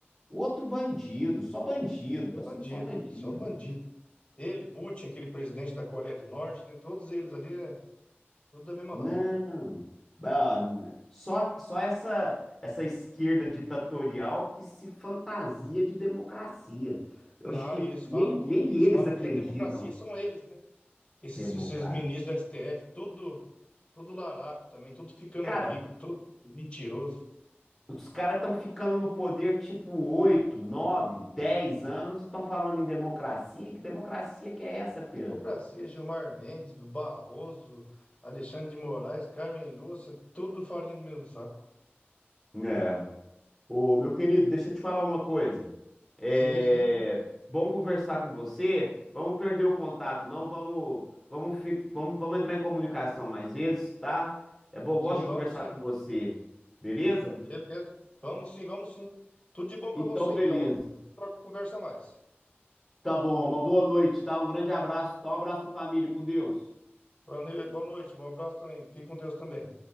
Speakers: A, in the centre; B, on the left.
A: Outro bandido, só bandido,
B: Ele
A: tá?
B: é bandido,
A: Só bandido.
B: só bandido. Ele, Putin, aquele presidente da Coreia do Norte, né? Todos eles ali, é tudo da mesma
A: Não.
B: laia.
A: Ah, n- Só só essa essa esquerda ditatorial que se fantasia de democracia. Eu
B: Não,
A: acho que
B: e eles
A: nem,
B: falam que
A: nem
B: eles
A: eles
B: falam
A: acreditam
B: que a democracia são eles, né? Esses,
A: democracia.
B: esses ministros do STF, tudo, tudo larápio também, tudo ficando
A: Cara,
B: rico, tudo mentiroso.
A: Os caras estão ficando no poder tipo 8, 9, 10 anos e estão falando em democracia. Que democracia que é essa, Pedro?
B: Democracia, Gilmar Mendes, Barroso, Alexandre de Moraes, Carmen Lúcia, tudo farinha do mesmo saco.
A: É. Ô, meu querido, deixa eu te falar uma coisa. É
B: Sim, sim,
A: bom conversar com você. Vamos perder o contato, não? Vamos, vamos, fi- vamos, vamos entrar em comunicação mais vezes, tá? É bom, eu gosto
B: sim,
A: de
B: vamos
A: conversar
B: sim.
A: com você. Beleza?
B: Beleza. Vamos sim, vamos sim. Tudo de bom pra
A: Então,
B: você
A: beleza.
B: então. Outra hora a gente troca- conversa mais.
A: Tá bom, uma boa noite, tá? Um grande abraço. Dá um abraço na família, com Deus.
B: Boa noite, boa noite, um abraço também. Fique com Deus também.